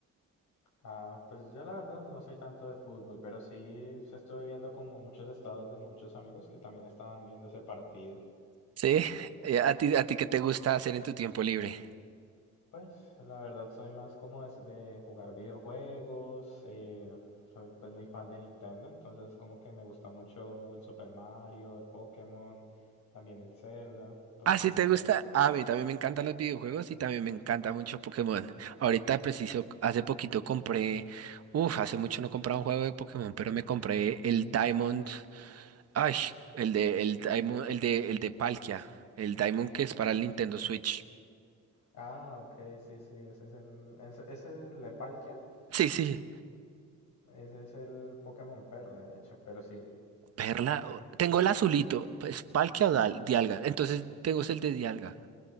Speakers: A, on the left; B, on the right.
A: Ah, pues yo la verdad no soy tanto de fútbol, pero sí se estuve viendo como muchos estados de muchos amigos que también estaban viendo ese partido.
B: Sí, eh, ¿a ti, a ti qué te gusta hacer en tu tiempo libre?
A: Pues la verdad soy más como es de jugar videojuegos, eh, soy pues muy fan de Nintendo, entonces como que me gusta mucho el Super Mario, el Pokémon, también el Zelda, todos
B: Ah, si
A: esos
B: te
A: juegos.
B: gusta? Ah, A mí también me encantan los videojuegos y también me encanta mucho Pokémon. Ahorita preciso, hace poquito compré, uff, hace mucho no compraba un juego de Pokémon, pero me compré el Diamond, ay, el de, el Diamond, el de, el de Palkia, el Diamond que es para el Nintendo Switch.
A: Ah, ok, sí, sí, ese es el. Ese, ese es el Leparkia.
B: Sí, sí.
A: Ese es el Pokémon Perla, de hecho. Pero sí,
B: Perla, o- tengo el azulito, pues Palkia o Dal- Dialga, entonces tengo es el de Dialga.